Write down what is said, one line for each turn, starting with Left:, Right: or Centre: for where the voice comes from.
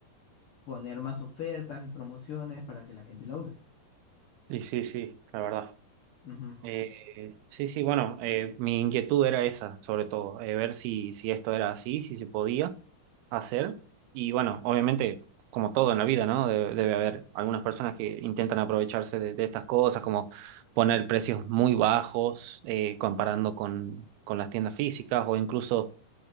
Left: poner más ofertas y promociones para que la gente la use.
Right: Y sí, sí, la verdad.
Left: Ujú.
Right: Eh, sí, sí,
Left: Y
Right: bueno, eh, mi inquietud era esa, sobre todo, eh, ver si, si esto era así, si se podía hacer. Y bueno, obviamente, como todo en la vida, ¿no? Debe, debe haber algunas personas que intentan aprovecharse de, de estas cosas, como poner precios muy bajos, eh, comparando con, con las tiendas físicas o incluso...